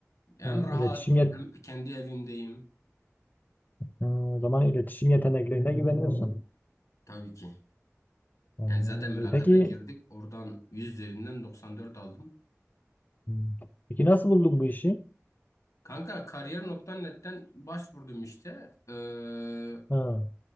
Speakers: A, on the left; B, on the left.
A: Hem
B: Ha,
A: rahat
B: iletişim yet
A: hem kendi evimdeyim
B: Hmm, o zaman iletişim yeteneklerine güveniyorsun.
A: tabii ki.
B: Hmm.
A: Yani zaten mülakata
B: Peki
A: girdik. Oradan 100 üzerinden 94 aldım.
B: hmm. peki nasıl buldun bu işi?
A: Kanka kariyer kariyer.net'ten başvurdum işte. Ee,
B: Ha.